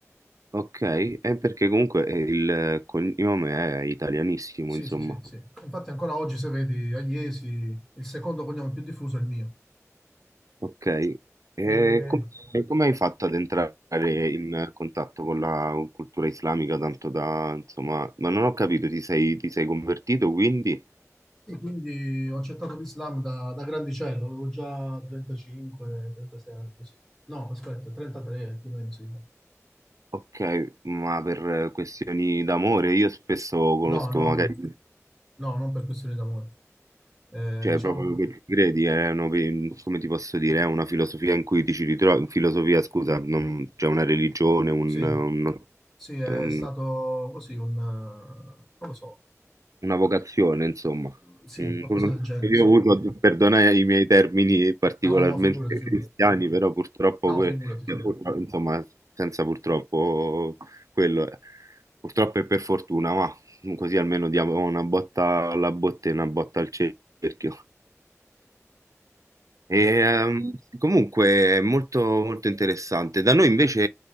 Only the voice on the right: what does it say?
Ok, è perché comunque eh, il cognome è italianissimo,
insomma.
Ok, e
com- e come hai fatto ad entrare in contatto con la cultura islamica, tanto da, insomma, ma non ho capito, ti sei, ti sei convertito quindi?
Ok, ma per questioni d'amore, io spesso conosco
magari...
Cioè,
proprio che ci credi, è una- come ti posso dire, è una filosofia in cui ti ci ritrovi, filosofia, scusa, non, cioè una religione, un,
un-
un-
una vocazione, insomma.
Un-
un-
io
uso, perdona i miei termini particolarmente
<laughs>
cristiani, però purtroppo,
que-
cioè, purtro- insomma, senza purtroppo quello, è. purtroppo e per fortuna, ma così almeno diamo una botta alla botte e una botta al cerchio. E,
ehm, comunque è molto, molto interessante. Da noi invece,